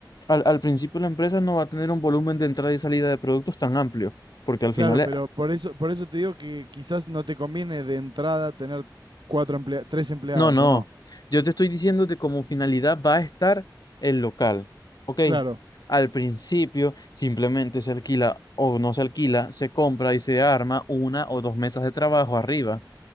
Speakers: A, on the left; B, on the right.
A: al, al principio la empresa no va a tener un volumen de entrada y salida de productos tan amplio, porque al
B: Claro,
A: final
B: pero por eso, por eso te digo que quizás no te conviene de entrada tener cuatro emplea- tres empleados,
A: No, no.
B: ¿o no?
A: Yo te estoy diciendo que como finalidad va a estar el local. ¿Ok?
B: Claro,
A: Al principio simplemente se alquila o no se alquila, se compra y se arma una o dos mesas de trabajo arriba.